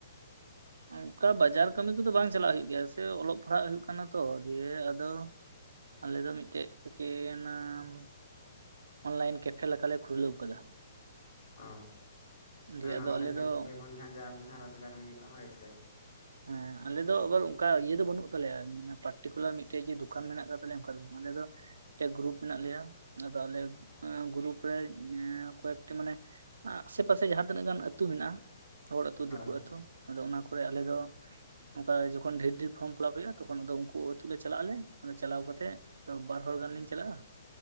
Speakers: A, on the right (about 85°); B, on the left (about 70°).
A: ᱚᱝᱠᱟ ᱵᱟᱡᱟᱨ ᱠᱟᱹᱢᱤ ᱠᱚᱫᱚ ᱵᱟᱝ ᱪᱟᱞᱟᱜ ᱦᱳᱭᱳᱜ ᱜᱮᱭᱟ ᱥᱮ ᱚᱞᱚᱜ ᱯᱟᱲᱦᱟᱜ ᱦᱩᱭᱩᱜ ᱠᱟᱱᱟ ᱛᱚ, ᱫᱤᱭᱮ ᱟᱫᱚ ᱟᱞᱮ ᱫᱚ ᱢᱤᱫ ᱴᱮᱜ <unintelligible> ᱚᱱᱞᱟᱭᱤᱱ ᱠᱮᱯᱷᱮ ᱞᱮᱠᱟᱞᱮ ᱠᱷᱩᱞᱟᱹᱣ ᱠᱟᱫᱟ ᱾
B: ᱚ, ᱦᱮᱸ
A: ᱫᱤᱭᱮ
B: ᱚᱱᱟ
A: ᱟᱫᱚ
B: ᱚᱱᱞᱟᱭᱤᱱ
A: ᱟᱞᱮ
B: ᱠᱮᱯᱷᱮ
A: ᱫᱚ
B: ᱠᱷᱚᱱ ᱜᱮ ᱦᱟᱸᱜ ᱡᱟᱣᱜᱮ ᱦᱟᱸᱜ ᱨᱚᱡᱽᱜᱟᱨ ᱦᱩᱭᱩᱜᱼᱟ ᱦᱳᱭ ᱥᱮ ᱾
A: ᱦᱮᱸ ᱟᱞᱮ ᱫᱚ ᱟᱵᱟᱨ ᱚᱝᱠᱟ ᱤᱭᱟᱹ ᱫᱚ ᱵᱟᱹᱱᱩᱜ ᱛᱟᱞᱮᱭᱟ, ᱢᱟᱱᱮ ᱯᱟᱨᱴᱤᱠᱩᱞᱟᱨ ᱢᱤᱫᱴᱮᱡ ᱡᱮ ᱫᱚᱠᱟᱱ ᱢᱮᱱᱟᱜ ᱟᱠᱟᱫ ᱛᱟᱞᱮᱭᱟ ᱚᱝᱠᱟ ᱫᱚ ᱵᱟᱝ, ᱟᱞᱮ ᱫᱚ ᱢᱤᱫᱴᱮᱱ ᱜᱨᱩᱯ ᱢᱮᱱᱟᱜ ᱞᱮᱭᱟ, ᱟᱫᱚ ᱟᱞᱮ ᱜᱨᱩᱯ ᱨᱮ ᱠᱚᱭᱮᱠᱴᱤ ᱢᱟᱱᱮ ᱟᱥᱮ ᱯᱟᱥᱮ ᱡᱟᱦᱟᱸ ᱛᱤᱱᱟᱹᱜ ᱜᱟᱱ ᱟᱹᱛᱩ ᱢᱮᱱᱟᱜᱼᱟ, ᱦᱚᱲ ᱟᱹᱛᱩ,
B: ᱦᱳᱭ
A: ᱫᱤᱠᱩ ᱟᱹᱛᱩ ᱟᱫᱚ ᱚᱱᱟ ᱠᱚᱨᱮ ᱟᱞᱮ ᱫᱚ ᱚᱝᱠᱟ ᱡᱚᱠᱷᱚᱱ ᱰᱷᱮᱨ ᱰᱷᱮᱨ ᱯᱷᱚᱨᱚᱢ ᱯᱷᱤᱞᱟᱯ ᱦᱩᱭᱩᱜᱼᱟ ᱛᱚᱠᱷᱚᱱ ᱟᱫᱚ ᱩᱝᱠᱩ ᱟᱹᱛᱩ ᱞᱮ ᱪᱟᱞᱟᱜ ᱟᱞᱮ, ᱟᱨ ᱪᱟᱞᱟᱣ ᱠᱟᱛᱮᱜ ᱛᱚ ᱵᱟᱨ ᱦᱚᱲ ᱜᱟᱱ ᱞᱤᱧ ᱪᱟᱞᱟᱜᱼᱟ,